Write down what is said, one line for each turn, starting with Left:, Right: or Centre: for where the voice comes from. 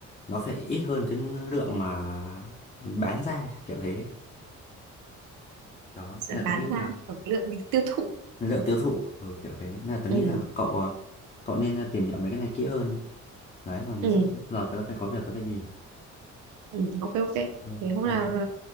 Left: nó phải ít hơn cái lượng mà bán ra kiểu thế. Đó,
Right: sẽ
Left: nên là
Right: bán
Left: tớ nghĩ
Right: ra
Left: là
Right: ở lượng tiêu thụ
Left: lượng tiêu thụ ừ, kiểu thế nên là tớ
Right: ừ.
Left: nghĩ là cậu à, cậu nên à, tìm hiểu mấy cái này kỹ hơn đấy còn
Right: Ừ.
Left: sắp giờ tớ phải có việc tớ phải đi rồi
Right: Ừ. ok ok
Left: Ok, bye
Right: thì hôm nào
Left: bye